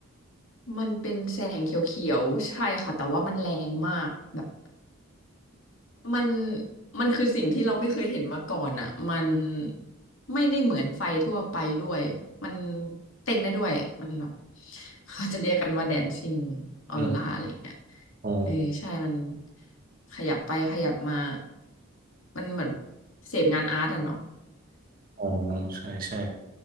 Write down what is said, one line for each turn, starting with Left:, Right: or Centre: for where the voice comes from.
Left: มันเป็นแสงเขียวๆใช่ค่ะแต่ว่ามันแรงมากแบบ มันมันคือสิ่งที่เราไม่เคยเห็นมาก่อนอ่ะมันไม่ได้เหมือนไฟทั่วไปด้วยมันเต้นได้ด้วยมันแบบเขาจะเรียกกันว่าแดนซิ่งออโรราอะไรอย่างเงี้ย
Right: อืมอ๋อ
Left: เออใช่มันขยับไปขยับมามันเหมือนเสพงานอาร์ตอะเนาะ
Right: อ๋อใช่ใช่